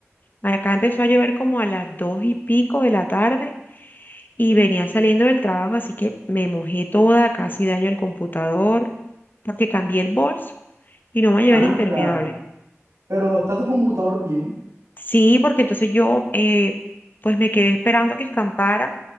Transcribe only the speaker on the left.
acá empezó a llover como a las dos y pico de la tarde y venía saliendo del trabajo, así que me mojé toda, casi daño el computador, porque cambié el bolso y no me llevé
el impermeable.
Sí, porque entonces yo eh, pues me quedé esperando que escampara